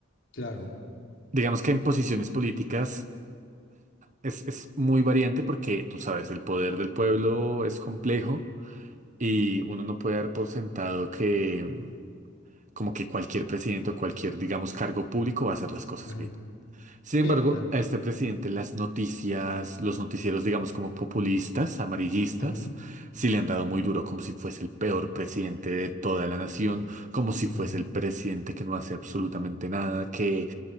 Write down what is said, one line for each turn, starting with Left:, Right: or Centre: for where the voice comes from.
Left: Claro.
Right: Digamos que en posiciones políticas es, es muy variante porque, tú sabes, el poder del pueblo es complejo y uno no puede dar por sentado que em, como que cualquier presidente o cualquier, digamos, cargo público va a hacer las cosas
Left: ujú,
Right: bien. Sin embargo,
Left: Sí, claro.
Right: a este presidente las noticias, los noticieros, digamos, como populistas, amarillistas,
Left: ujú,
Right: sí le han dado muy duro, como si fuese el peor presidente de toda la nación, como si fuese
Left: ujú,
Right: el presidente que no hace absolutamente nada, que